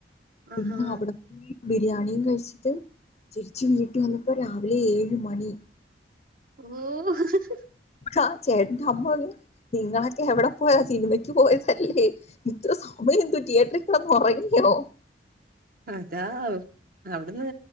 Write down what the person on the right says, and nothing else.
ആഹാ
ഓ
അതാ അവ്ട്ന്ന്